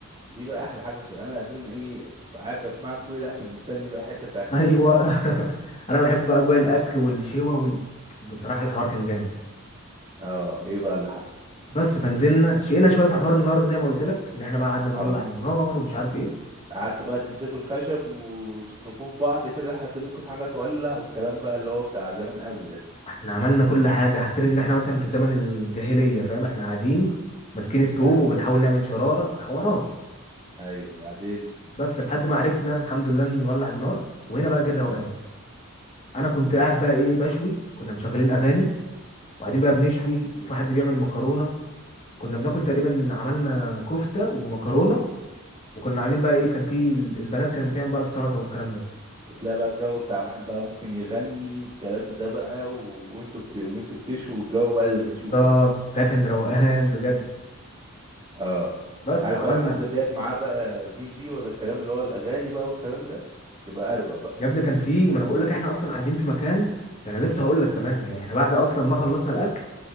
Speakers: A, on the right; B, on the left.
A: دي بقى احلى حاجه في انا اساسا ايه قاعد بسمع كل ده عشان مستني بقى الحته بتاعه
B: ايوه
A: الاكل دي
B: <laughs> انا بحب بقى اجواء الاكل والشوا وال... بصراحه الحوار كان جامد
A: اه ايه بقى اللي حصل
B: بس فنزلنا شقينا شويه في حوار النار ده زي ما قلت لك ان احنا بقى قعدنا نولع
A: اه
B: النار ومش عارف ايه
A: قعدتوا بقى تمسكوا الخشب وتفركوه في بعض كده لحد ممكن حاجه تولع والكلام بقى اللي هو بتاع زمان قوي ده
B: احنا عملنا كل حاجة حاسين ان احنا مثلا في زمن الجاهلية فاهم احنا قاعدين ماسكين الطوب
A: ايوه
B: وبنحاول نعمل شرارة حوارات
A: ايوه وبعدين
B: بس لحد ما عرفنا الحمد لله نولع النار وهنا بقى جه الروقان
A: اه
B: انا كنت قاعد بقى ايه بشوي كنا مشغلين اغاني وبعدين بقى
A: امم
B: بنشوي وفي حد بيعمل مكرونة كنا بناكل تقريبا عملنا كفتة ومكرونة وكنا عاملين بقى
A: وتل-
B: ايه كان في ال- البنات كانت بتعمل بقى السلطة والكلام ده
A: وتلاقي بقى الجو بتاع واحد بقى ممكن يغني والكلام ده بقى و... وانتوا بت... وانتوا بتشوا الجو بقى اللي بنشوفه
B: بالظبط
A: ده
B: ده كان روقان بجد
A: اه
B: بس
A: عارف
B: عملنا
A: بقى لو حد جايب معاه بقى دي جي ولا الكلام اللي هو الاغاني بقى والكلام ده تبقى اروق بقى
B: يا ابني كان في ما انا بقول لك احنا اصلا قاعدين في مكان ده انا لسه هقول لك كمان يعني احنا بعد اصلا ما خلصنا الاكل